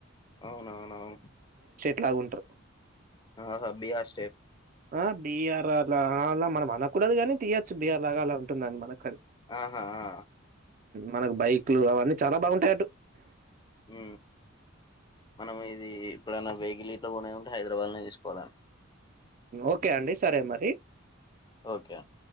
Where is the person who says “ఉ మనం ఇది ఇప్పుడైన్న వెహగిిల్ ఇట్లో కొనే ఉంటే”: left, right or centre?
Left